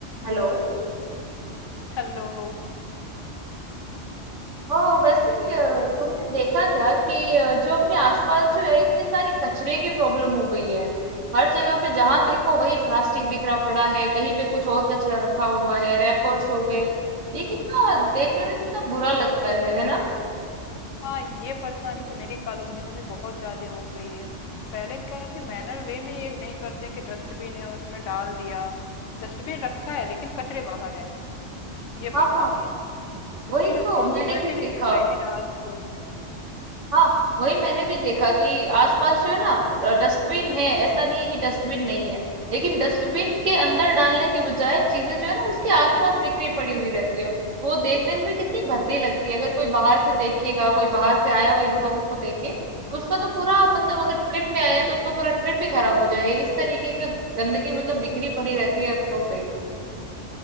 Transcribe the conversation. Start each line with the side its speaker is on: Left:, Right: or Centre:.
Right: Hello
Left: Hello
Right: Oh वैसे अ, तुमने देखा क्या कि अ, जो अपने आसपास जो है इतने सारे कचरे की प्रॉब्लम हो गई है हर जगह पे जहां देखो वही प्लास्टिक बिखरा पड़ा है कहीं पे कुछ और कचरा रखा हुआ है रैपर्स हो गए ये कितना देखने में कितना बुरा लगता है है ना
Left: हाँ ये परेशानी तो मेरी कॉलोनी में भी बहुत ज्यादा हो गई है पहले क्या कि मैनर वे में ये नहीं करते कि डस्टबिन है उसमें डाल दिया डस्टबिन रखा है लेकिन कचरे बाहर है ये
Right: हाँ
Left: परेशानी
Right: हाँ
Left: है
Right: वही
Left: कोई रिस्पॉन्सिबिलिटी
Right: तो मैंने भी देखा
Left: नहीं लेता है कि डाल दो
Right: हाँ वही मैंने भी देखा कि आसपास जो है ना डस्टबिन है ऐसा नहीं है कि डस्टबिन नहीं है लेकिन डस्टबिन के अंदर डालने के बजाय चीजें जो है ना उसके आसपास बिखरी पड़ी हुई रहती है वो देखने में भी कितनी भद्दी लगती है अगर कोई बाहर से देखेगा कोई बाहर से आया हुआ इंसान उसको देखे तो उसका तो पूरा मतलब अगर ट्रिप पे आया है तो उसका पूरा ट्रिप ही खराब हो जाएगा इस तरीके का गंदगी मतलब बिखरी पड़ी रहती है रोडों पे